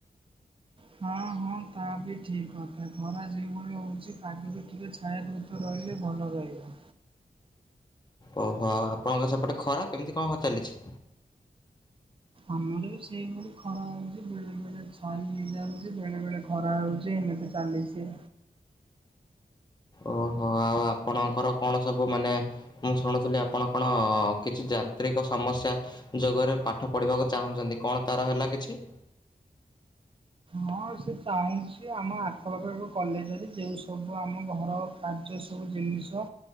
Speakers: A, on the right (about 35°); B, on the left (about 25°).
A: ହଁ ହଁ ତା ବି ଠିକ କଥା ଖରା ଯେଭଳି ହଉଛି ତାକୁେ ବି ଟିକେ ଛାଇା ଦଉଛି। ରହିଲେ ଭଲ ରହିବ।
B: ଓହୋ ଆଉ ଆପଣଙ୍କ ସେପଟେ ଖରା କେମିତି କଣ ଚାଲିଛି।
A: ଆମର ବି ସେଇପରି ଖରା ହଉଛି ବେଳେ ବେଳେ ସାର ହେଯ ହାଉଛି ବେଳେ ବେଳେ। ଖରା ରଉଛି ଏମ ତ ଚାଲିଛି।
B: ଓହୋ ଆଉ ଆପଣଙ୍କର କଣ ସବୁ ମାନେ। ମୁଁ ଶୁଣୁଥିଲି ଆପଣ କଣ କିଛି ଯାନ୍ତ୍ରିକ ସମସ୍ୟା ଯୋଗରେ ପାଠ ପଢିବାକୁ ଚାହୁଁଛନ୍ତି କଣ ତାର ହେଲା କିଛି
A: ହଁ ସେ ଚାହୁଁଛି ଆମ ଆଖପାଖରେ ଏକ କଲେଜରେ ଯେଉଁ ସବୁ ଆମ ଘର କାର୍ଯ୍ୟ ସବୁ ଜିନିଷ